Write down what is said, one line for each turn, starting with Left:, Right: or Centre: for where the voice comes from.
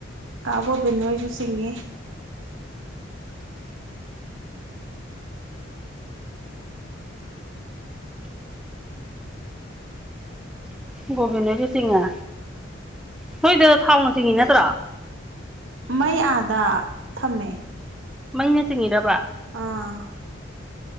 Right: ꯀꯥ ꯒꯣꯕꯤꯟ ꯍꯣꯏꯁꯨ ꯆꯤꯡꯉꯤ
Centre: ꯒꯣꯕꯤꯟꯗꯁꯨ ꯆꯤꯡꯉ ꯅꯣꯏꯗ ꯊꯥꯎꯅ ꯆꯤꯡꯉꯤ ꯅꯠꯇ꯭ꯔꯥ
Right: ꯃꯩ ꯑꯥꯗ ꯊꯝꯃꯦ
Centre: ꯃꯩꯅ ꯆꯤꯡꯉꯔꯕ
Right: ꯑꯥ